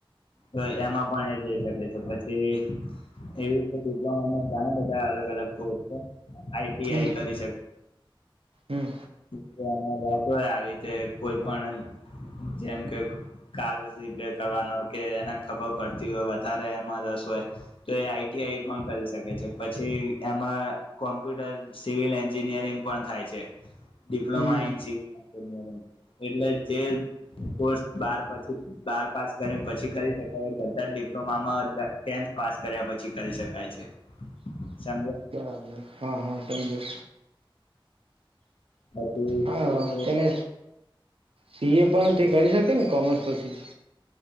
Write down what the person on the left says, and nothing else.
તો એમાં પણ એ જઈ શકે છે પછી એવી રીતે ડિપ્લોમા ઘણા બધા અલગ અલગ કોર્સ છે આઈટીઆઈ
કરી શકે
છે આવી રીતે કોઈ પણ જેમ કે કાર રિપેર કરવાનો કે એને ખબર પડતી હોય વધારે એમાં રસ હોય તો એ આઈટીઆઈ પણ કરી શકે છે પછી એમાં કોમ્પ્યુટર સિવિલ એન્જિનિયરિંગ પણ થાય છે diploma
in civil engineering એટલે જે કોર્સ બ પછી બાર પાસ કરીને પછી કરી શકાય બધા જ ડિપ્લોમામાં ટેન્થ પાસ કર્યા પછી કરી શકાય છે સમજો
પછી